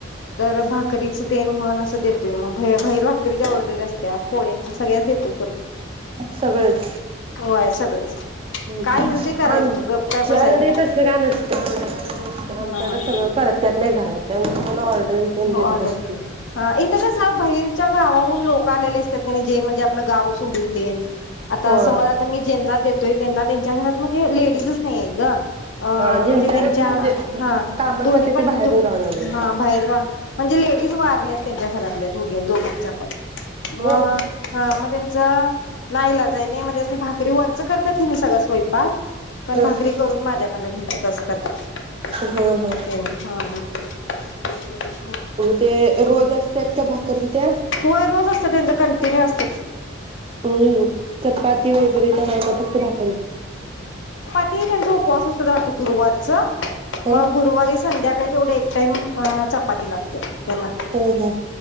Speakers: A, on the left; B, on the right.
A: तर भात कधीच? तेन म्हण असं देतोय मग भाइर भाकरीच्या ऑर्डरी असत्यात पोळ्यांच्या सगळ्यात देतोय. करून
B: सगळंच
A: होय सगळंच
B: हम
A: काय येईल ते करायचं
B: आमच्याकडे
A: बघ गप काय बसायचं नाही
B: तस काय नसतं एवढं काय नसतं आमच्याकडे
A: हा
B: सगळं कर त्यात नाय घरात त्यामुळे म्हणू ऑर्डर तेन
A: हो
B: घेत
A: ऑर्डर
B: बसत नाही.
A: हा इथं कसं बाहेरच्या गावावरून लोक आलेले असत्यात जे म्हणजे आपलं गाव सोडून तेन आता
B: होय
A: समज आता मी जेंना देत तरी त्यांना त्यांच्या घरात म्हणजे लेडीज तसं नाहीये गं
B: हा ज्यांच्याकडे
A: म्हणजे तेंच्या
B: म्हणजे
A: हा
B: कामासाठी
A: दोन्हीपण
B: ते बाहेरून गावावरून आलेले
A: हा बाहेर गावी म्हणजे लेडीज वारल्यात त्यांच्या घरातल्या दोघे दोघांच्या पण मग
B: होय
A: हा मग त्यांच ना इलाज आहे नी मग त्यांचं भाकरी वर च तस् करत्यात तिने सगळा स्वयंपाक पण
B: ह
A: भाकरी करून माझ्याकडून न्हेत्या ते तस करतात.
B: ह ह
A: हो हा हा ब <unintelligible>
B: मग ते रोज असत्यात का भाकरी त्या
A: होय रोज असतं त्यांचं कंटिन्यू असतात.
B: हुं चपाती वगैरे का नाही का फक्त भाकरी.
A: ते त्यांचा उपवास असतो गुरुवारचा
B: ह
A: मग गुरुवारी संध्या ते तेवढं एक टाईम म चपा पाठी लागते. त्यांना.
B: हो हो